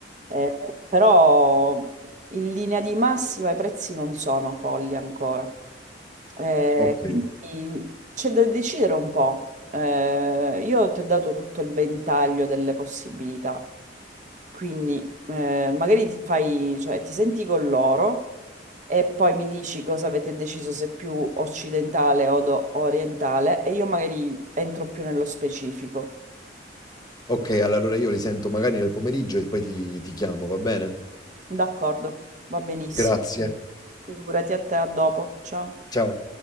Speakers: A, on the right; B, on the left.
A: Eh, però in linea di massima i prezzi non sono folli ancora. Eh,
B: Ok.
A: quindi c'è da decidere un po'. Eh, io ti ho dato tutto il ventaglio delle possibilità, quindi eh, magari ti fai, cioè, ti senti con loro e poi mi dici cosa avete deciso, se più occidentale o do- orientale, e io magari entro più nello specifico.
B: Ok, allora io li sento magari nel pomeriggio e poi ti, ti chiamo, va bene?
A: D'accordo, va benissimo.
B: Grazie.
A: Figurati a te, a dopo. Ciao.
B: Ciao.